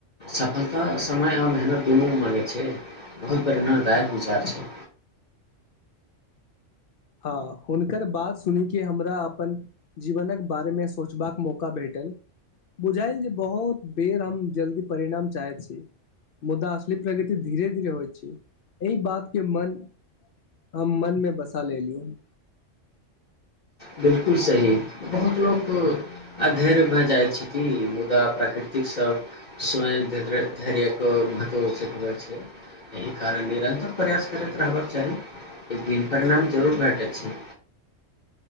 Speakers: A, on the left; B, on the left.
A: सफलता समय आ मेहनत दुनू माँगै छै बहुत प्रेरणादायक विचार छै
B: हँ हुनकर बात सुन के हमरा अपन जीवनक बारेमे सोचबाक मौका भेटल बुझायल जे बहुत बेर हम जल्दी परिणाम चाहैत छी मुदा असली प्रगति धीरे धीरे होइत छै एहि बात के मन हम मन मे बस लेलियैय
A: बिल्कुल सही बहुत लोक आधैर्य भऽ जाइ छथिन मुदा प्राकृतिक स स्वयं धैर्य क महत्व सिखबै छै एहि कारण निरन्तर प्रयास करैत रहबाक चाही एक दिन परिणाम जरूर भेटै छै